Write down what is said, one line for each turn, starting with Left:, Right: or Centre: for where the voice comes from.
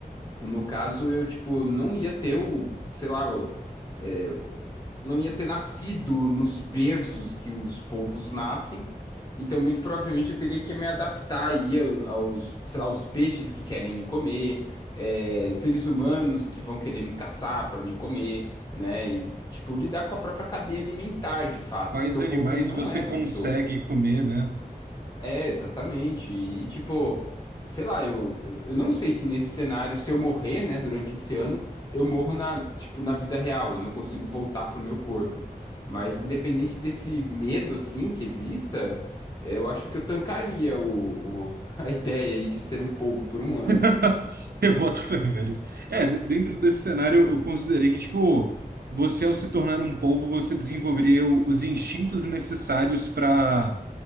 Left: No caso, eu, tipo, não ia ter o, sei lá, o- é, o- não ia ter nascido nos berços que os povos nascem. Então, muito provavelmente, eu teria que me adaptar aí ao- aos, sei lá, aos peixes que querem me comer, é, seres humanos que vão querer me caçar para me comer, né? E, tipo, lidar com a própria cadeia alimentar, de fato,
Right: Quais
Left: porque o
Right: animais
Left: povo, ele não
Right: você
Left: é
Right: consegue
Left: do topo.
Right: comer, né?
Left: É, exatamente. E, e, tipo, sei lá, eu, eu, eu não sei se nesse cenário, se eu morrer, né, durante esse ano, eu morro na, tipo, na vida real, eu não consigo voltar pro meu corpo. Mas independente desse medo, assim, que exista, eu acho que eu tancaria o, o- <laughs> a ideia aí de ser um povo por um ano.
Right: <laughs> Eu boto fé, velho. É, d- dentro desse cenário, eu considerei que, tipo, você ao se tornar um polvo, você desenvolveria o- os instintos necessários para